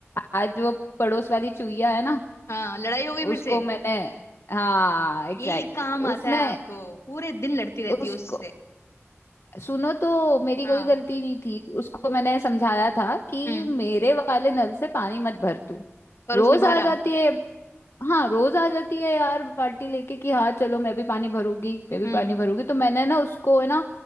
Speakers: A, on the left (about 65°); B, on the left (about 75°).
A: आज वो पड़ोस वाली चुईया है ना
B: हाँ लड़ाई हो गई फिर
A: उसको
B: से
A: मैंने हाँ एग्जैक्टली
B: यही काम
A: exactly.
B: आता
A: उसने
B: है आपको पूरे दिन लड़ती रहती
A: उसको
B: है उससे
A: सुनो तो मेरी
B: हाँ
A: कोई गलती नहीं थी उसको मैंने समझाया था कि
B: हम्म
A: मेरे वाले नल से पानी मत भर तू
B: पर
A: रोज
B: उसने भरा
A: आ जाती है हाँ रोज आ जाती है यार बाल्टी लेके कि हाँ चलो मैं भी पानी भरूंगी मैं भी
B: हम्म
A: पानी भरूंगी तो मैंने ना उसको है ना